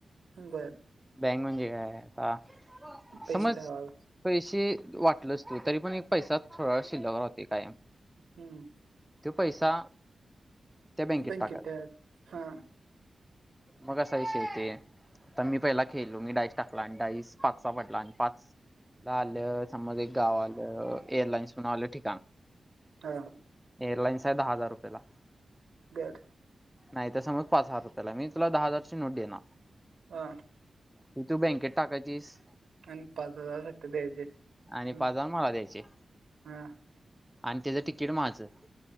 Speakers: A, on the right; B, in the centre.
A: बर.
B: बँक म्हणजे काय आता
A: पैसे
B: समज
A: ठरवाव
B: पैसे वाटलं असतो, तरी पण एक पैसा थोड शिल्लक राहते कायम.
A: हम्म.
B: तो पैसा त्या बँकेत
A: बँकटे
B: टाकायचा
A: हा.
B: मग सई स यती आता मी पहिला खेळलो मी डाईस टाकला आणि डाईस पाचचा पडला आणि पाच आलं समज एक गाव आलं एअरलाईन्स म्हण आलं ठिकाण
A: हा.
B: एअरलाईन्स आहे दहा हजार रुपयेला-
A: बर.
B: नाही त्या समज, पाच हजार रुपयाला मी तुला दहा हजारची नोट देणार.
A: हा.
B: ती तू बँकेत टाकायचीस
A: आणि पाच हजार सुट्ट द्यायचे. हम्म
B: आणि पाच हजार मला द्यायचे
A: हा
B: आणि त्याचं तिकीट माझं